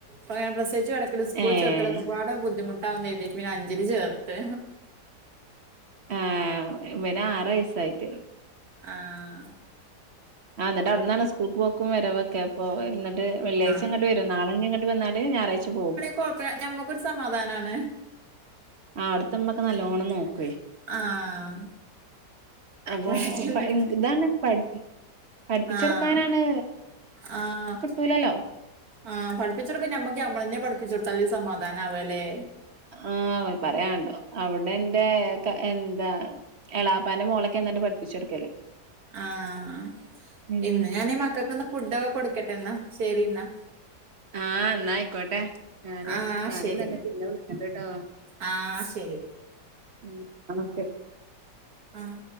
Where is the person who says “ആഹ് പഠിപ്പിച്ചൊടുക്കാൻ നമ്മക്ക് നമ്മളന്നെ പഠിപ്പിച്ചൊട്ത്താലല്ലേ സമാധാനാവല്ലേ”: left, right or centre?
Right